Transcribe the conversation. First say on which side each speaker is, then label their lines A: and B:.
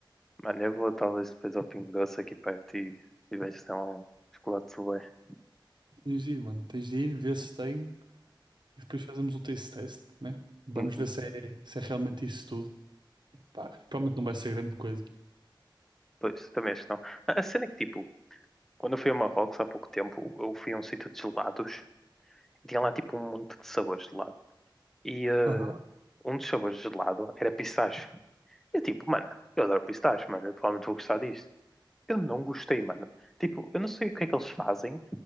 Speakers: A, in the centre; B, on the right.
A: Mano, eu vou talvez depois ao Pingo Doce aqui perto e, e vejo se tem lá um chocolate sorbet.
B: Tens de ir, mano. Tens de ir, ver se tem e depois fazemos o taste test, né? Vamos
A: Uhum.
B: ver se é, se é realmente isso tudo. Pá, provavelmente não vai ser grande coisa.
A: Pois, também acho que não. A a cena é que, tipo, quando eu fui a Marrocos há pouco tempo, eu fui a um sítio de gelados. e Tinha lá, tipo, um monte de sabores de gelado. E eh,
B: Aham.
A: um dos sabores de gelado era pistache. E eu, tipo, mano, eu adoro pistache, mano, eu provavelmente vou gostar disto. Eu não gostei, mano. Tipo, eu não sei o que é que eles fazem,